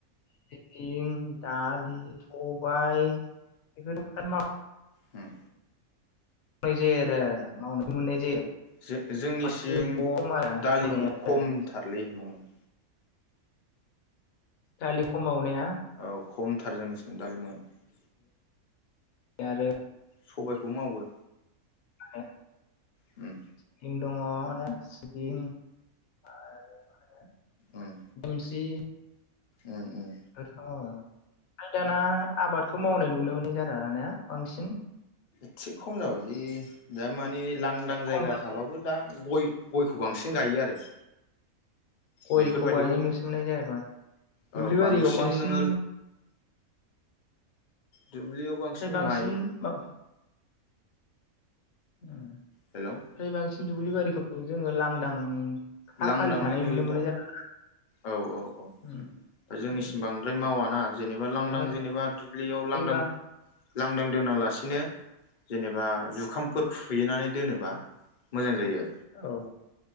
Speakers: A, on the left; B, on the left.
A: सिबिं दालि स बाइ बेखौ <unintelligible>
B: होम।
A: मावनाय जायो आरो मावनाय <unintelligible>
B: जो-जोंनि
A: फाथो
B: सिं
A: गम आरो
B: दालिखौ
A: मावनाया
B: खमथारलै
A: आरो
B: मावनाया
A: दालि खम मावनाया
B: औ खमथार जोंनिसिम दालि मावना
A: आरो
B: सबायखौ मावो।
A: आरो
B: उम
A: सिबिं दङ माने सिबिं आरो मा होनो
B: उम
A: देमसि
B: उम उम
A: फोरखौ मावो फाय दाना आबादखौ मावनाय नुनो मोननाय जाला ना बांसिन।
B: एसे खम जाबायलै दा मानि लांदां जायगा
A: खम जाबाय
B: थाबाबो दा गय गयखौ बांसिन गायो आरो।
A: गयखौ
B: बेफोरबायदिखौ
A: गायनाय नुसोमनाय जायाबा दुब्लि
B: औ
A: बारियाव बांसिन
B: नोङो दुब्लियाव
A: ओमफ्राय बांसिन
B: माइ
A: मा उम
B: हेलौ
A: फ्राय बां सिन दुब्लि बारिखौ जोङो लांदां हा
B: लांदाङै
A: खालि थानाय
B: नुयो
A: नुनो मोननाय
B: दा,
A: जाला
B: औ औ औ
A: उम
B: जोंनिसिम
A: उम
B: बांद्राय मावाना जेनेबा लांदां
A: खायफा
B: जेनेबा दुब्लियाव
A: खायफाबा
B: लांदां लांदां दोनालासिनो जेनेबा जुखामफोर खुइनानै दोनोबा मोजां जायो आरो।
A: औ